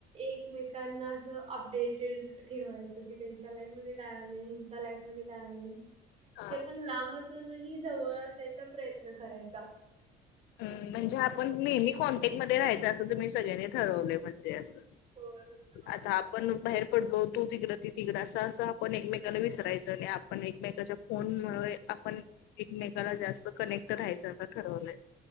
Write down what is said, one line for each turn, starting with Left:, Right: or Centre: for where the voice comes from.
Right: एकमेकांना अस अपडेटेड. ठेवायचं की त्यांच्या लाईफ मध्ये काय आलं हिंच्या लाईफ मध्ये काय आ नाही.
Left: हा.
Right: ते पण लांब असूनही जवळ असायचा प्रयत्न करायचा.
Left: म्हणजे आपण नेहमी कॉन्टॅक्ट मध्ये राहायचं असं तुम्ही सगळ्यांनी ठरवले म्हणजे असं.
Right: होय होय होय
Left: आता आपण बाहेर. पडलो तू तिकडं ती तिकडं असं असं आपण एकमेकाला विसरायचं आणि आपण एकमेकाच्या फोन मुळे आपण. एकमेकाला जास्त कनेक्ट राहायचं असं ठरवलंय.